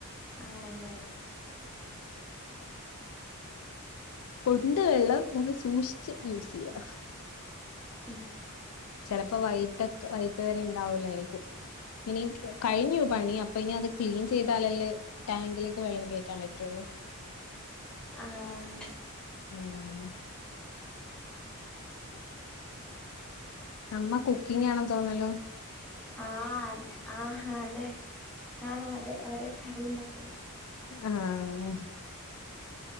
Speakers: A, in the centre; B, on the left.
A: ആണല്ലേ
B: ഉണ്ട് വെള്ളം നമ്മൾ സൂക്ഷിച്ച് യൂസ് ചെയ്യ
A: ആഹ്
B: ചിലപ്പോ വൈട്ട് വൈട്ട് വരെ ഇണ്ടാവൂലേരിക്കും ഇനി കഴിഞ്ഞു പണി അപ്പ ഇനി അത് ക്ലീൻ ചെയ്താലല്ലേ ടാങ്കിലേക്ക് വെള്ളം കയറ്റാൻ പറ്റൊള്ളു.
A: ആഹ്
B: മ് <unintelligible> അമ്മ കുക്കിങ് ആണെന്ന് തോന്നുന്നല്ലോ
A: ആഹ് ആ അതെ ആഹ അതെ ഓരോ കറിയുണ്ടാക്ക <unintelligible>
B: ആഹ്